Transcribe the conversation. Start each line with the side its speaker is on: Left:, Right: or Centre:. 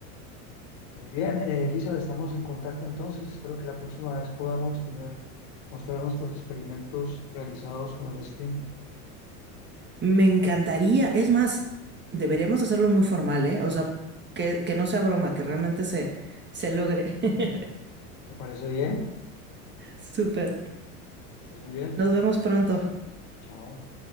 Left: Muy bien, eh, Elizabeth, estamos en contacto entonces. Espero que la próxima vez podamos tener, mostrar nuestros experimentos realizados con el STEAM.
Right: Me encantaría, es más, deberíamos hacerlo muy formal, ¿eh? O sea, que, que no sea broma, que realmente se, se logre. <laughs>
Left: ¿Te parece bien?
Right: Súper.
Left: Estés muy bien.
Right: Nos vemos pronto.
Left: Chao.